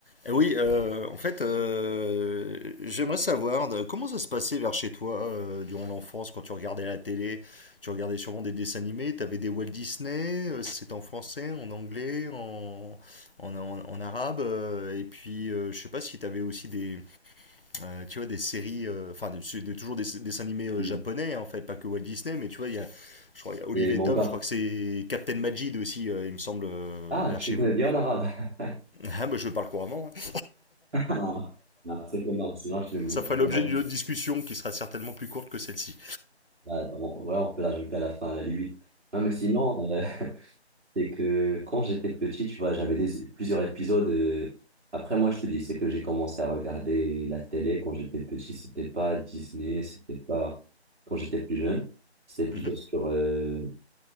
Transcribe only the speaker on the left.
Eh Oui, euh, en fait, euh, j'aimerais savoir de- comment ça se passait vers chez toi euh, durant l'enfance, quand tu regardais la télé, tu regardais sûrement des dessins animés, t'avais des Walt Disney, euh, c'était en français, en anglais, en, en, en- en arabe, euh, et puis euh, je sais pas si t'avais aussi des, euh, tu vois, des séries, euh, enfin des- des- toujours des, des dessins animés euh,
japonais hein, en fait, pas que Walt Disney, mais tu vois, il y a, je crois, il y a Olive
et
Tom, je crois que c'est Captain Majid aussi, euh, il me semble, euh,
vers
chez
vous.
<laughs> Ah bah je parle couramment. hein.
Ça ferait l'objet d'une
autre discussion qui sera certainement plus courte que celle-ci.
Mhm,